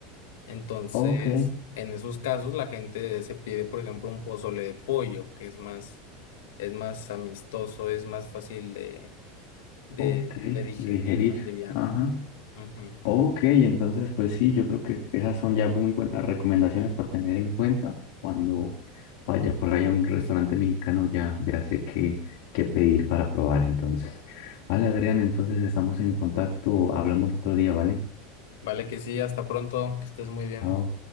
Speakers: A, on the left (about 80°); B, on the left (about 60°).
A: Entonces,
B: Ok,
A: en esos casos, la gente se pide, por ejemplo, un pozole de pollo, que es más es más amistoso, es más fácil de, de,
B: ok,
A: de digerir,
B: de digerir.
A: más liviano.
B: Ajá.
A: Ujú.
B: Ok, entonces pues sí, yo creo que esas son ya muy buenas recomendaciones para tener en cuenta cuando vaya por ahí a un restaurante mexicano, ya, ya sé qué, qué pedir para probar entonces. Vale, Adrián, entonces estamos en contacto, hablamos otro día, ¿vale?
A: Vale, que sí, hasta pronto, que estés muy bien.
B: Chao.